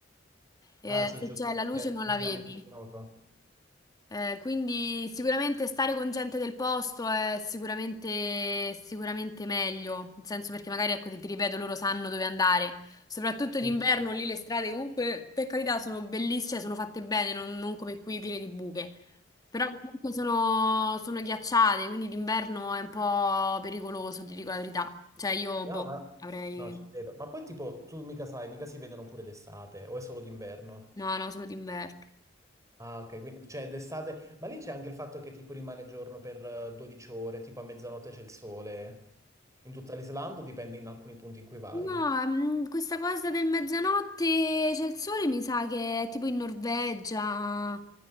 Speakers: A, on the left (about 20°); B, on the right (about 15°).
A: Eh,
B: Ah sì,
A: se
B: giusto,
A: c'è la luce
B: è
A: non
B: inquinamento
A: la vedi.
B: luminoso.
A: Eh, quindi sicuramente stare con gente del posto è sicuramente, sicuramente meglio, nel senso perché magari, ecco, ti, ti ripeto, loro sanno dove andare, soprattutto d'inverno
B: Sì, certo.
A: lì le strade comunque, per carità, sono bellissime, cioè, sono fatte bene, non, non come qui piene di buche, però comunque sono, sono ghiacciate, quindi d'inverno è un po' pericoloso, ti dico la verità, cioè io,
B: No,
A: boh,
B: ma...
A: avrei...
B: No, ci credo. Ma poi tipo, tu mica sai, mica si vedono pure d'estate o è solo d'inverno?
A: No, no, solo d'inverno.
B: Ah, ok, quindi cioè d'estate, ma lì c'è anche il fatto che tipo rimane giorno per eh, 12 ore, tipo a mezzanotte c'è il sole. In tutta l'Islanda o dipende in alcuni punti in cui vai?
A: No, mm, questa cosa del mezzanotte c'è il sole, mi sa che è tipo in Norvegia,